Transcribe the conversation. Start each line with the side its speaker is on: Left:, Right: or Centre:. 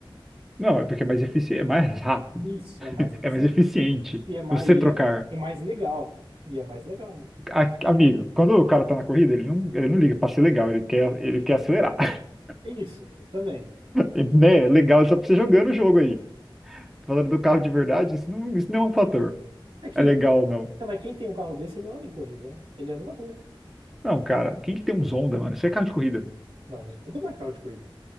Centre: Não, é porque é mais eficiente, é mais rápido,
Right: Isso,
Centre: <laughs>
Right: é mais eficiente.
Centre: é mais eficiente
Right: E é mais,
Centre: você
Right: e
Centre: trocar.
Right: é, é mais legal. E é mais legal.
Centre: A- Amigo, quando o cara tá na corrida, ele não, ele não liga pra ser legal, ele quer, ele quer acelerar. <laughs>
Right: É Isso, também.
Centre: E, Né? Legal é só pra você jogando o jogo aí. Falando do carro de verdade, isso não, isso não é um fator.
Right: É que,
Centre: É legal ou não.
Right: tá, mas quem tem um carro desse, ele não anda em corrida, né? Ele anda na rua.
Centre: Não, cara, quem que tem uns Honda, mano? Isso é carro de corrida.
Right: Não, um Zonda não é carro de corrida.